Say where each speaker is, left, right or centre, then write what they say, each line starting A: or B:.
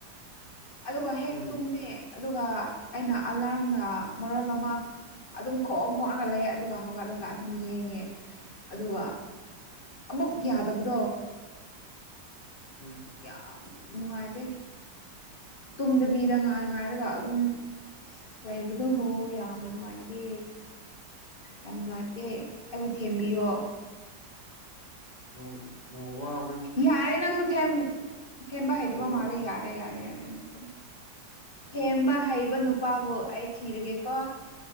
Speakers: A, on the left; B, on the left.
A: ꯑꯗꯨꯒ ꯍꯦꯛ
B: ꯎꯝ
A: ꯇꯨꯝꯃꯦ ꯑꯗꯨꯒ ꯑꯩꯅ ꯑꯂꯥꯔꯝꯅ ꯃꯔꯣꯜ ꯑꯃ ꯑꯗꯨꯝ ꯈꯣꯡꯑ ꯈꯣꯡꯑꯒ ꯂꯩ ꯑꯗꯨꯒ ꯍꯧꯒꯠꯂꯒ ꯑꯗꯨꯝ ꯌꯦꯡꯉꯦ ꯑꯗꯨꯒ ꯑꯃꯨꯛ ꯌꯥꯗꯕꯗꯣ
B: ꯎꯝ
A: ꯌꯥꯝ ꯅꯨꯡꯉꯥꯏꯇꯦ ꯇꯨꯝꯗꯕꯤꯗ ꯉꯥꯏ ꯉꯥꯏꯔꯒ ꯑꯗꯨꯝ ꯂꯩꯕꯗꯣ ꯍꯣ ꯌꯥꯝꯅ ꯅꯨꯡꯉꯥꯏꯇꯦ ꯌꯥꯝ ꯅꯨꯡꯉꯥꯏꯇꯦ ꯑꯩꯕꯨ ꯊꯦꯝꯕꯤꯌꯣ
B: ꯅ ꯅꯣꯡꯃ
A: ꯌꯥꯔꯦ ꯅꯪꯁꯨ ꯊꯦꯝ ꯊꯦꯝꯕ ꯍꯩꯇꯕ
B: ꯀꯩꯅꯣ
A: ꯃꯥꯜꯂꯦ ꯌꯥꯔꯦ ꯌꯥꯔꯦ ꯌꯥꯔꯦ ꯅꯪ ꯊꯦꯝꯕ ꯍꯩꯕ ꯅꯨꯄꯥꯕꯨ ꯑꯩ ꯊꯤꯔꯒꯦꯀꯣ